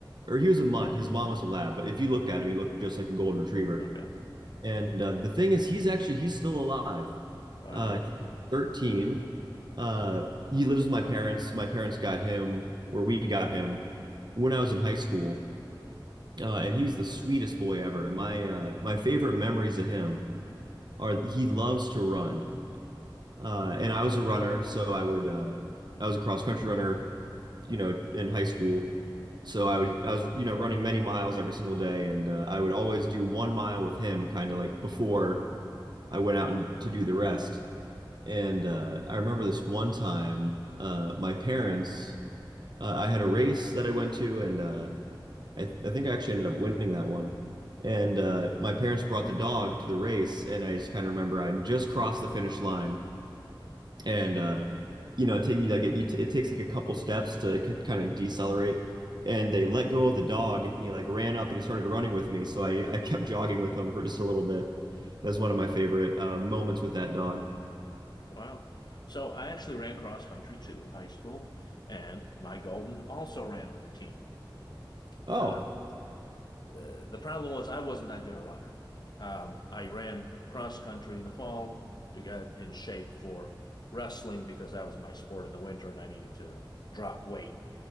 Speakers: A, on the right; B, on the left.
A: or he was a mutt. His mom was a lab, but if you looked at him, he looked just like a golden retriever.
B: Okay.
A: And uh, the thing is, he's actually he's still alive.
B: Wow.
A: Uh, he's 13. Uh, he lives with my parents. My parents got him or we got him when I was in high school. uh, and he's the sweetest boy ever. My uh, my favorite memories of him are he loves to run, uh, and I was a runner, so I would uh, I was a cross country runner, you know, in high school. So I would I was you know running many miles every single day, and uh, I would always do one mile with him, kind of like before I went out and to do the rest. And uh, I remember this one time, uh, my parents, uh, I had a race that I went to, and uh, I, I think I actually ended up winning that one. And uh, my parents brought the dog to the race, and I just kind of remember I just crossed the finish line, and uh, you know, take you like it, you t- it takes like a couple steps to k- kind of decelerate, and they let go of the dog, and he like ran up and he started running with me, so I I kept jogging with him for just a little bit. That's one of my favorite uh, moments with that dog.
B: Wow. So I actually ran cross country too in high school, and my golden also ran with the team.
A: Oh
B: Um, uh, the problem was I wasn't that good a runner. Um, I ran cross country in the fall to get in shape for wrestling because that was my sport in the winter and I needed to drop weight